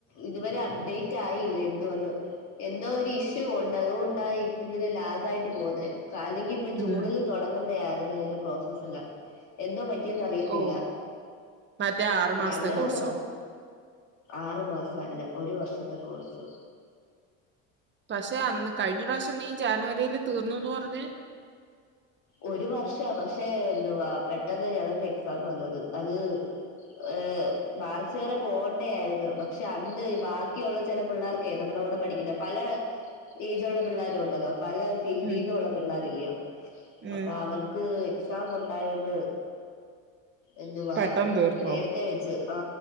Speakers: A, on the left; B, on the right.
A: ഇതുവരെ അപ്ഡേറ്റ് റ്റായില്ല എന്തു അന്ന് എന്തോ ഒരു ഇഷ്യൂ ഉണ്ട് അതുകൊണ്ടാ ഇ ഇങ്ങനെ ലാഗായിട്ട് പോന്നെ. ക അല്ലെങ്കി ഇപ്പ ജൂണില്
B: ഉം
A: തൊടങ്ങണ്ട ആയിരുന്നു അഴിന്റെ പ്രോസസ്സല്ല എന്തോ പറ്റിയെന്ന് അറിയത്തില്ല
B: ഓ മറ്റേ ആറു മാസ്ത്തെ
A: ഞങ്ങടെ
B: കോഴ്സോ
A: ആറു മാസ അല്ല ഒരു വർഷത്തെ കോഴ്സ്
B: പക്ഷെ അന്ന് കഴിഞ്ഞ പ്രാവശ്യം നീ ജാനുവരിയില് തീർന്നുന്ന് പർഞ്ഞ്
A: ഒരു വർഷ പക്ഷെ എന്തുവാ പെട്ടെന്ന് ഞങ്ങക്ക് എക്സാം വന്നത് അത് ഏ മാർച്ച് വരെ പോണ്ടേ ആയിരുന്നു പക്ഷെ അന്ന് ബാക്കിയുള്ള ചെല പിള്ളേർ ക്കെ നമ്മുടെ കൂടെ പഠിക്കുന്ന പല എയ്ജ്ള്ള പിള്ളേരു ഉണ്ടല്ലോ പല ഫീൽഡിന്നുള്ള
B: ഉം
A: പിള്ളേരില്ലയോ
B: ഉം
A: അപ്പ അവർക്ക് എക്സാം ഉണ്ടായോണ്ട് എന്തുവാ
B: പെട്ടെന്ന് തീർത്തോ
A: നേരത്തെ വെച്ച് ആ